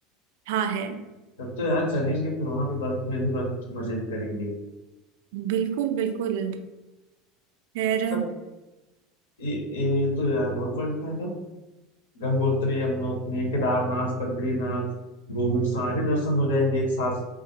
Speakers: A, on the right; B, on the left.
A: हाँ है
B: तब तो यार चलेंगे फिर वहां पे बर्फ में भी बर्फ की मजे करेंगे
A: बिल्कुल बिल्कुल खैर
B: सब ये, ये तो यार बहुत बढ़िया है गंगोत्री यमुनोत्री केदारनाथ बद्रीनाथ गोमुख सारे दर्शन हो जाएंगे एक साथ